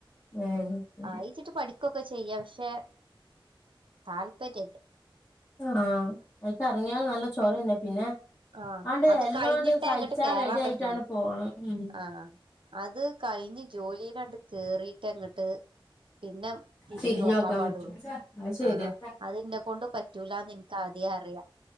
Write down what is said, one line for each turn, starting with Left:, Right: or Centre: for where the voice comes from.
Left: ഉം
Right: ആയി ച്ചിട്ട് പഠിക്കുകൊക്കെ ചെയ്യ പക്ഷെ താല്പര്യല്ല
Left: ആഹ് അയിക്കെറങ്ങിയാ നല്ല ചൊറന്നെ. പിന്നെ
Right: ആഹ്
Left: ആണ്ട്
Right: അത്
Left: എല്ലതും
Right: കഴിഞ്ഞിട്ടേ
Left: ആണ്ട് സയിച്ചാൻ
Right: അങ്ങട്ട് കേറാൻ
Left: റെഡി ആയിട്ടാണ്ട്
Right: പറ്റുള്ളൂ
Left: പോണം. ഉം
Right: ആഹ് അത് കഴിഞ് ജോലിയിലണ്ട് കേറിീട്ട അങ്ങട്ട് പിന്നെ തിരിഞ്ഞു
Left: തിരിഞ്ഞോക്കാൻ
Right: നോക്കാൻ പാടുള്ളൂ
Left: പറ്റോ അത് ശരിയാ
Right: ആ അതിന്നേ കൊണ്ട് പറ്റൂലന്ന് എനക്ക് ആദ്യേ അറിയ